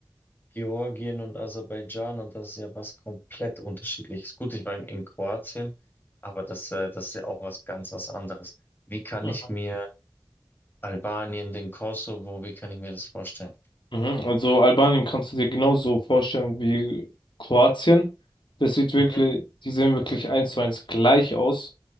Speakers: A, on the left; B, on the left.
A: Georgien und Aserbaidschan und das ist ja was komplett unterschiedliches. Gut, ich war in, in Kroatien, aber das, äh, das ist ja auch was ganz was anderes. Wie kann
B: mhm,
A: ich mir Albanien, den Kosovo, wie kann ich mir das vorstellen?
B: mhm. Also Albanien kannst du dir genauso vorstellen wie Kroatien. Das sieht wirklich,
A: Mhm,
B: die sehen wirklich eins zu eins gleich aus.